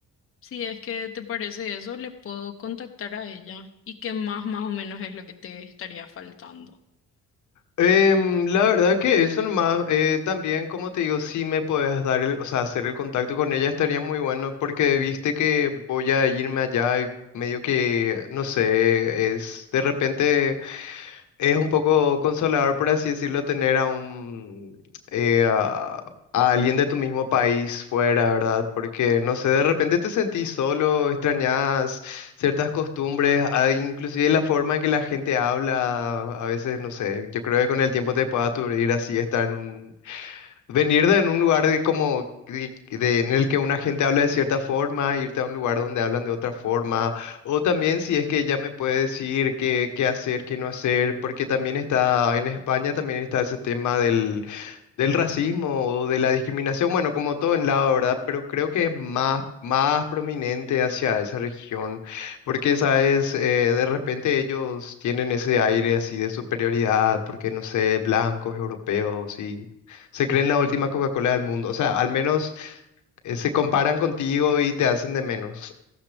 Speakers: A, on the left (about 45°); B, on the left (about 75°).
A: Si es que te parece eso, le puedo contactar a ella y qué más, más o menos es lo que te estaría faltando.
B: Em, la verdad que eso nomás, eh, también como te digo, si me puedes dar el, o sea, hacer el contacto con ella estaría muy bueno porque viste que voy a irme allá y medio que, no sé, es de repente Es un poco consolador, por así decirlo, tener a un eh, a, a alguien de tu mismo país fuera, ¿verdad? Porque, no sé, de repente te sentís solo, extrañas ciertas costumbres, ah, inclusive la forma en que la gente habla, a veces, no sé, yo creo que con el tiempo te puede aturdir así estar en un, Venir de en un lugar de como de- de- en el que una gente habla de cierta forma, irte a un lugar donde hablan de otra forma, o también si es que ella me puede decir qué, qué hacer, qué no hacer, porque también está en España también está ese tema del del racismo o de la discriminación, bueno, como todo en lado, ¿verdad? Pero creo que es más más prominente hacia esa región, porque sabes, Eh, de repente ellos tienen ese aire así de superioridad, porque no sé, blancos, europeos y se creen la última Coca-Cola del mundo. O sea, al menos eh, se comparan contigo y te hacen de menos.